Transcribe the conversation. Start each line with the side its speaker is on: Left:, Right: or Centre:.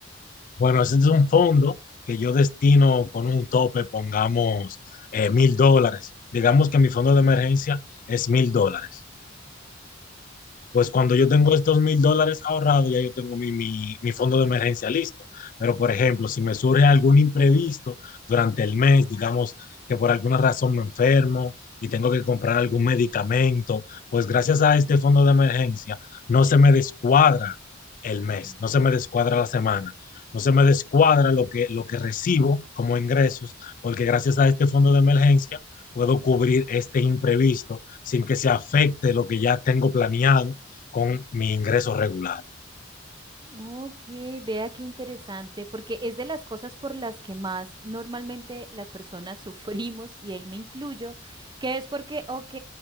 Left: Bueno, ese es un fondo que yo destino con un tope, pongamos eh, mil dólares. Digamos que mi fondo de emergencia es mil dólares. Pues cuando yo tengo estos mil dólares ahorrados, ya yo tengo mi, mi, mi fondo de emergencia listo. Pero, por ejemplo, si me surge algún imprevisto durante el mes, digamos que por alguna razón me enfermo y tengo que comprar algún medicamento, pues gracias a este fondo de emergencia no se me descuadra el
Right: Ujú.
Left: mes, no se me descuadra la semana, no se me descuadra lo que, lo que recibo como ingresos, porque gracias a este fondo de emergencia puedo cubrir este imprevisto sin que se afecte lo que ya tengo planeado con mi ingreso regular.
Right: Ok, vea qué interesante, porque es de las cosas por las que más normalmente las personas <laughs> sufrimos, y ahí me incluyo, que es porque, ok,